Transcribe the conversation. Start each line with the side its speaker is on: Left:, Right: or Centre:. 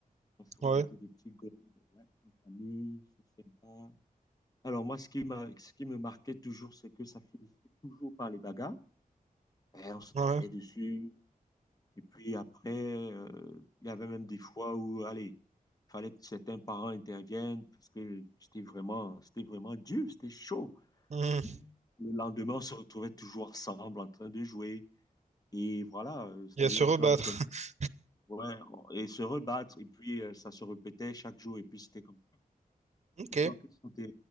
Left: On, f-
Right: Ouais,
Left: on mettait des petits goals ouais, entre amis, c'est sympa. Alors moi, ce qui m'a, ce qui me marquait toujours, c'est que ça finissait toujours par les bagarres. Et on se
Right: ouais.
Left: tapait dessus. Et puis après, euh, il y avait même des fois où, allez, il fallait que certains parents interviennent parce que c'était vraiment, c'était vraiment dur, c'était chaud.
Right: Mhm.
Left: Mais le lendemain, on se retrouvait toujours ensemble en train de jouer. Et voilà, euh, c'est-à-dire
Right: Il y a se rebattre.
Left: qu'on tenait,
Right: <laughs>
Left: ouais, on- et se rebattre. Et puis, euh, ça se répétait chaque jour. Et puis, c'était comme.
Right: Ok.
Left: Et toi, quels sont tes,